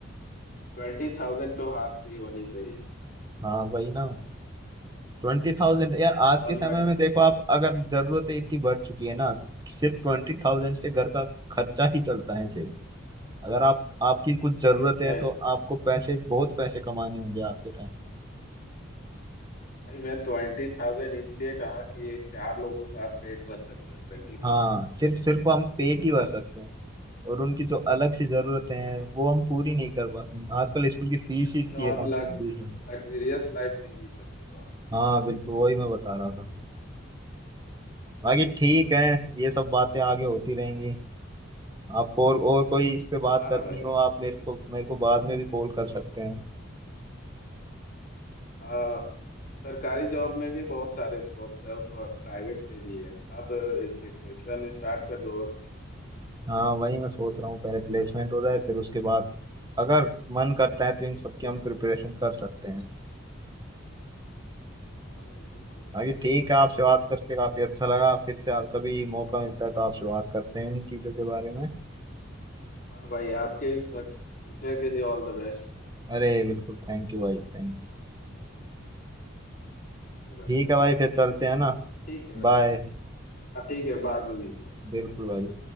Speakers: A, on the left (about 45°); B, on the right (about 20°).
A: ट्वेंटी थाउजेंड तो हाथ पे ही होने चाहिए
B: हाँ वही ना ट्वेंटी थाउजेंड यार आज
A: और
B: के समय
A: लग
B: में देखो आप अगर जरूरतें इतनी बढ़ चुकी है ना सिर्फ ट्वेंटी थाउजेंड से घर का खर्चा ही चलता है सिर्फ अगर आप आपकी कुछ जरूरतें
A: मैं
B: हैं तो आपको पैसे बहुत पैसे कमाने होंगे आज के टाइम पे
A: भाई मैं ट्वेंटी थाउजेंड इसलिए कहा कि ये चार लोगों का आप पेट भर सकते हो ट्वेंटी
B: हाँ
A: थाउजेंड
B: सिर्फ सिर्फ हम पेट ही भर सकते हैं और उनकी जो अलग सी जरूरतें हैं वो हम पूरी नहीं कर पाते हैं। आजकल स्कूल की फीस ही
A: मतलब
B: इतनी है
A: आप
B: कम
A: लग्ज
B: से कम 20,000
A: लग्जरियस लाइफ नहीं जी सकते हो आप
B: हाँ बिल्कुल वही मैं बता रहा था बाकी ठीक है ये सब बातें आगे होती रहेंगी आपको और और कोई इस पे बात
A: हाँ
B: करनी
A: भाई
B: हो आप मेरे को मेरे को बाद में भी कॉल कर सकते हैं
A: हाँ सरकारी जॉब में भी बहुत सारे स्कोप्स है और प्राइवेट पे भी है आप प्रिपरेशन स्टार्ट कर दो और क्या
B: हाँ वही मैं सोच रहा हूँ पहले प्लेसमेंट हो जाए फिर उसके बाद अगर मन करता है तो इन सब की हम प्रिपरेशन कर सकते हैं
A: हाँ भाई बिल्कुल
B: बाकी ठीक है आपसे बात करके काफी अच्छा लगा फिर से आप कभी मौका मिलता है तो आपसे बात करते हैं इन चीजों के बारे में
A: हाँ भाई आपके इस फ्यूचर के लिए ऑल द बेस्ट
B: अरे बिल्कुल थैंक यू भाई थैंक यू
A: ओके भाई
B: ठीक है
A: थैंक
B: भाई फिर
A: यू
B: चलते हैं ना
A: तो ठीक है भाई
B: बाय
A: हाँ ठीक है बाद में मिलते हैं
B: बिल्कुल भाई